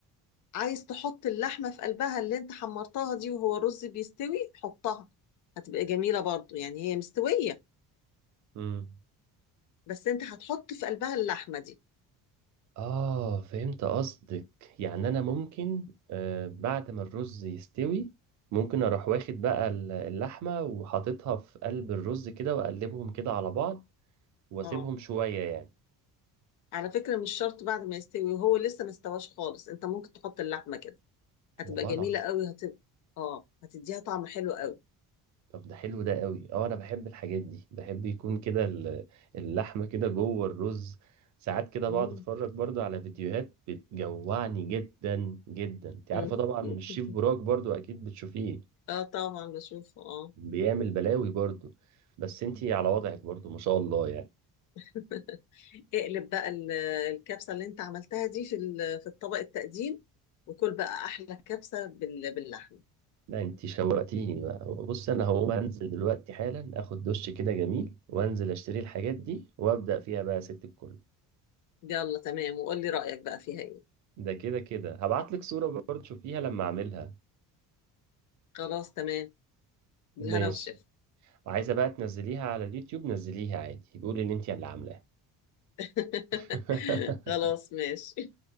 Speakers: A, on the left; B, on the right.
A: عايز تحط اللحمة في قلبها اللي انت حمرتها دي وهو الرز بيستوي حطها هتبقى جميلة برضو يعني هي مستوية
B: مم.
A: بس انت هتحط في قلبها اللحمة دي
B: آه فهمت قصدك يعني أنا ممكن آه بعد ما الرز يستوي ممكن أروح واخد بقى ال- اللحمة وحاططها في قلب الرز كده وأقلبهم كده على بعض وأسيبهم
A: اه
B: شوية يعني
A: على فكرة مش شرط بعد ما يستوي وهو لسه مستواش خالص انت ممكن تحط اللحمة كده هتبقى
B: والله
A: جميلة
B: العظيم
A: قوي هتبقى اه هتديها طعم حلو قوي
B: طب ده حلو ده قوي اه انا بحب الحاجات دي بحب يكون كده ال- اللحمه كده جوه الرز ساعات كده
A: مم.
B: بقعد اتفرج برضو على فيديوهات بتجوعني جدا جدا انت عارفه
A: مم.
B: طبعا
A: <laughs>
B: الشيف براك برضو اكيد بتشوفيه
A: اه طبعا بشوفه اه
B: بيعمل بلاوي برضو بس انتي على وضعك برضو ما شاء الله يعني
A: <laughs> اقلب بقى ال- الكبسة اللي انت عملتها دي في ال- في الطبق التقديم وكل بقى احلى كبسة بال- باللحمة
B: لا انتي شوقتيني بقى بص انا هقوم انزل دلوقتي حالا اخد دش كده جميل وانزل اشتري الحاجات دي وابدا فيها بقى يا ست الكل
A: يلا تمام وقول لي رأيك بقى فيها ايه
B: ده كده كده هبعت لك صورة برضو تشوفيها لما اعملها
A: خلاص تمام بالهنا
B: ماشي
A: والشفا
B: وعايزة بقى تنزليها على اليوتيوب نزليها عادي قولي ان انتي اللي عاملاها
A: <laughs>
B: <laughs>
A: خلاص ماشي